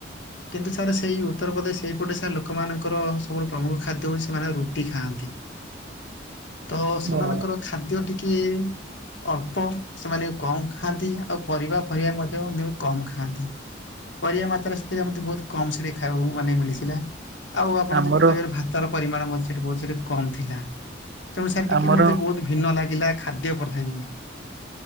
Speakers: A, on the left (about 80°); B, on the right (about 60°).
A: କିନ୍ତୁ ସାର୍ ସେଇ ଉତ୍ତର ପ୍ରଦେଶ ସେଇପଟ ସାର ଲୋକମାନଙ୍କ ଙ୍କର ସବୁଠୁ ପ୍ରମୁଖ ଖାଦ୍ୟ ହଉଛି ସେମାନେ ରୁଟି ଖାଆନ୍ତି। ତ ସେମାନଙ୍କର
B: ହଁ।
A: ଖାଦ୍ୟ ଟିକେ ଅଳ୍ପ ସେମାନେ କମ୍ ଖାଆନ୍ତି। ଆଉ ପରିବା ଫରିବା ମଧ୍ୟ କମ୍ ଖାଆନ୍ତି। ପରିବା ମାତ୍ରାରେ ସେଥିରେ ମେ ବହୁତ କମ୍ ସେ ଖାଇବାକୁ ମାନେ ମିଳିଥିଲା। ଆଉ ଆପଣ
B: ଆମର
A: ଯଦି କହିବାର ଭାତର ପରିମାଣ ମଧ୍ୟ ସେଠି ବହୁତ କମ୍ ଥିଲା। ତେଣୁ ସେତିକି
B: ଆମର
A: ମତେ ବହୁତ ଭିନ୍ନ ଲାଗିଲା ଖାଦ୍ୟ ପ୍ରଧାନ।